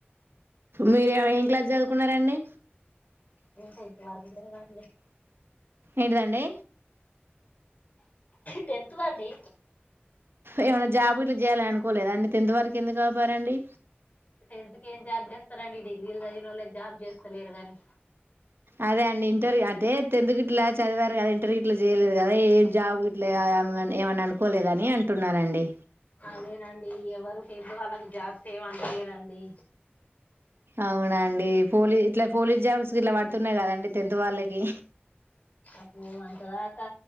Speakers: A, on the right (about 65°); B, on the left (about 40°).
A: మీరు ఏమో ఏం క్లాస్ చదువుకున్నారండి
B: ఇంక ఇంత వరకు లేదండి
A: ఏంటిదండి
B: టెన్త్ వండి
A: ఏమన్నా జాబు ఇట్ల చేయ్యాలి అనుకోలేద అండి టెన్త్ వరకు ఎందుకు ఆపారండి
B: టెన్త్ కి ఏం జాబ్ చేస్తారండి డిగ్రీలు చదివినోల్లే జాబ్ చేస్తలేరు గానీ
A: అదే అండి ఇంటర్వ్యూ అంటే టెన్త్ గిట్ల చదివారు గాద ఇంటర్వూ జేయలేదు కదా ఏం జాబు లే ఆ ఏమన్ ఏమన్నా అనుకోలేదని అంటున్నారండి
B: అదేనండి ఎవరు టెన్త్ వాళ్ళకి జాబ్స్ లేవు అంటలేరండి
A: అవునండి పోలీ ఇట్లా పోలీస్ జామ్స్కి ఇట్లా పడుతున్నాయి కదండి టెన్త్ వాళ్ళకి
B: ఆబో అంతదాకా